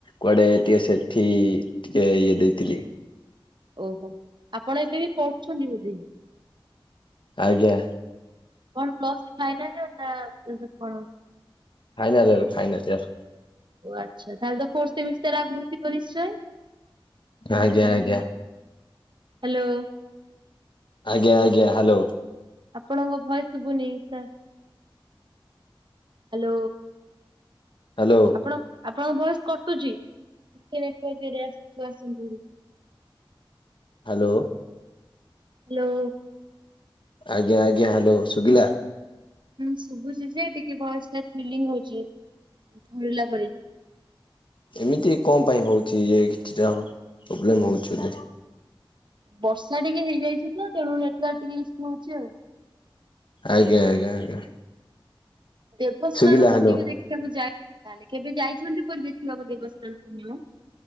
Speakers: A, on the left; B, on the right.
A: କୁଆଡେ ଟିକେ ସେଠି ଟିକେ ଇଏ ଦେଇଥିଲି।
B: ଓହୋ ଆପଣ ଏବେ ବି ପଢୁଛନ୍ତି ବୋଧେ?
A: ଆଜ୍ଞା।
B: କଣ୍ ପ୍ଲସ ଥ୍ରି ଫାଇନାଲିୟର ନା, କଣ?
A: Final year final year.
B: ଓ ଆଛା ତାହେ ତ ଫୋର୍ଥ ସେମିଷ୍ଟାର ଆଗୃତି ପରିଶ୍ଚୟ <unintelligible>
A: ଆଜ୍ଞା ଆଜ୍ଞା।
B: ହ୍ୟାଲୋ।
A: ଆଜ୍ଞା ଆଜ୍ଞା ହ୍ୟାଲୋ।
B: ଆପଣଙ୍କ ଭୟସ ସୁଭୁନି ସାର୍। ହ୍ୟାଲୋ
A: ହ୍ୟାଲୋ
B: ଆପଣ ଆପଣଙ୍କ ବୟସ କଟୁଛି ଟିକେ ନେଟୱରକୁ ଆସନ୍ତୁ।
A: ହ୍ୟାଲୋ?
B: ହ୍ୟାଲୋ।
A: ଆଜ୍ଞା ଆଜ୍ଞା ହ୍ୟାଲୋ ସୁଭିଲା।
B: ଶୁଭୁଛି ଯେ ଟିକେ ବୟସ ଫିଲିଙ୍ଗ ହଉଚି ଥରିଲା ପରି।
A: ଏମିତି କଣ ପାଇଁ ହଉଛି ଯେ କିଛିଟା ପ୍ରୋବ୍ଲେମ ହଉଛି।
B: ବର୍ଷା ଟିକେ ହେଇଯାଇଛି ତ ତେଣୁ ନେଟୱାର୍କ ଟିକେ ୟୁସୁ ହଉଛି ଆଉ।
A: ଆଜ୍ଞା ଆଜ୍ଞା ଆଜ୍ଞା।
B: ଦେବସ୍ନାନ
A: ଶୁଭିଲା ହ୍ୟାଲୋ
B: ପୂର୍ଣ୍ଣିମା ଦେଖିବାକୁ ଯାଇ ତାହେଲେ କେବେ ଯାଇଛନ୍ତି ପର ଦେଖିବାକୁ ଦେବସ୍ନାନ ପୂର୍ଣ୍ଣିମା।